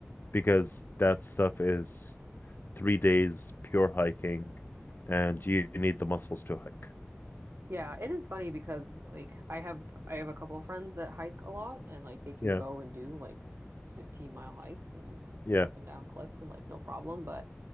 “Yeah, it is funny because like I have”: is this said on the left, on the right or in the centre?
Right